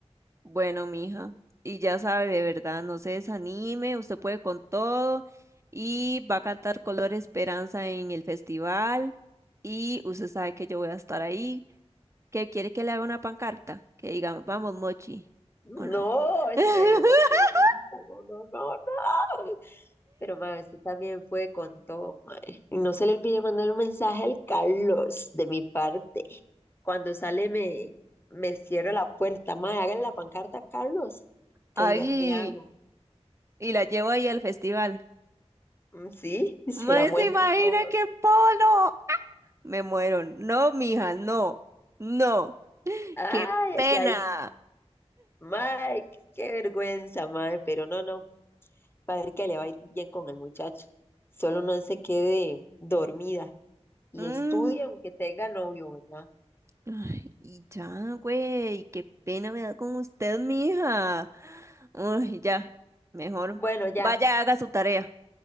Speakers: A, on the right; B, on the left.
A: Bueno, mija, y ya sabe, de verdad, no se desanime, usted puede con todo y va a cantar Color Esperanza en el festival y usted sabe que yo voy a estar ahí. ¿Qué quiere que le haga una pancarta? Que diga, vamos, Mochi,
B: No,
A: ¿o no?
B: eso
A: <laughs>
B: me daría más vergüenza. No, no, no, no. Pero ma, usted también puede con todo, mae. Y no se le olvide mandar un mensaje al Carlos de mi parte. Cuando sale me, me cierra la puerta, mae. Hágale la pancarta a Carlos. Que
A: Ay,
B: diga, te amo.
A: y la llevo ahí al festival.
B: Mm, Sí, y se
A: ¿Me
B: la muestra
A: se imagina
B: a todos.
A: qué polo? Me muero. No, mija, no, no.
B: Ay,
A: ¡Qué pena!
B: ay, ay. Mae, qué vergüenza, mae. Pero no, no. Va a ver que le va a ir bien con el muchacho. Solo no se quede dormida. y
A: Mm,
B: estudia aunque tenga novio, ¿verdad?
A: ay, y ya, güey, qué pena me da con usted, mija. Uy, ya, mejor
B: Bueno, ya,
A: vaya, haga su tarea.